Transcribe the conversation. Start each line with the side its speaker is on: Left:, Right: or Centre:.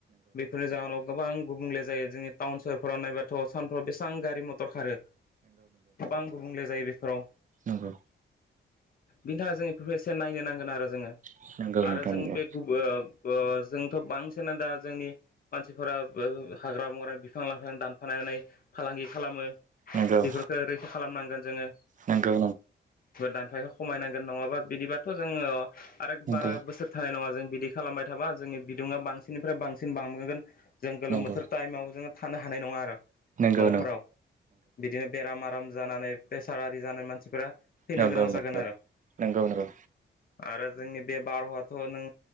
Left: बेफोरनि जाहोनाव गोबां गुबुंले जायो जोंनि टाउन सहरफोराव नायबाथ' सानफ्राव बेसेबां गारि मथर खारो गोबां गुबुंले जायो बेफोराव
Right: नोंंगौ
Left: बिनि थाखाय जों प्रफेसियेन नायनो नांगोन आरो जोङो
Right: नंगौ
Left: आरो
Right: नोंथां
Left: जों
Right: नंगौ
Left: बे जोंथ बांसिन दा जोंनि मानसिफोरा हाग्रा बंग्र बिफां लांफां दानफायनानै फालांगि खालामो
Right: नंगौ
Left: बेफोरखौ
Right: नंगौ
Left: रैखा खालामनांगोन जोङो
Right: नंगौ नंगौ
Left: दानफायनो खमाय नांगोन नङाबा बिदिबाथ‌ जोङो आरो
Right: नंगौ
Left: बारा बोसोर थानाय नङा जों बिदि खालामबाय थाबा जोंनि बिदुङा बांसिननिफ्राय बांसिन बांबाय जों गोलोम
Right: नंगौ
Left: बोथोर टाइमाव जोङो थानो हानाय नङा आरो न'फोराव
Right: नंगौ
Left: बिदिनो बेराम आराम जानानै प्रेसार आरि जानाय मानसिफोरा थैनो
Right: नंगौ
Left: गोनां
Right: नंगौ
Left: जागोन आरो
Right: नंगौ नंगौ
Left: आरो जोंनि बे बारहावाथ नों